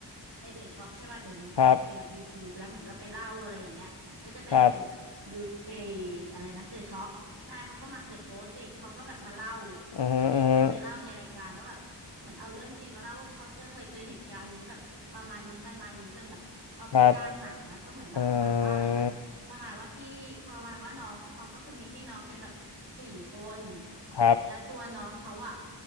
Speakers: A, on the right (about 70°); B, on the left (about 70°).
A: เอเดอะช็อกใช่ป่ะเดี๋ยวนี้มันก็ออกมาเป็นแบบ
B: ครับ
A: YouTube แล้วเหมือนก็ไปเล่าอะไรอย่างเงี้ยก็จะเป็นแบบเดอะยูเอ
B: ครับ
A: อะไรนะเดอะช็อกใช่เขาก็มาเดอะโกสิเขาก็แบบมาเล่า
B: อือฮะอือฮะ
A: ก็จะมีคนไปเล่าในรายการว่าแบบ เหมือนเอาเรื่องจริงมาเล่าว่าเอ้ยเขาเจอเคยเจอเหตุการณ์นี้แบบประมาณนี้ประมาณนี้จนแบบเอาไปสร้างหนังนะก็เหมือนแบบประมาณว่าอะไรนะประมาณว่าพี่ประมาณว่าน้องเขาก็คือมีพี่น้องกันแบบสี่คน
B: ครับอ่าครับ
A: และตัวน้องเขาอะ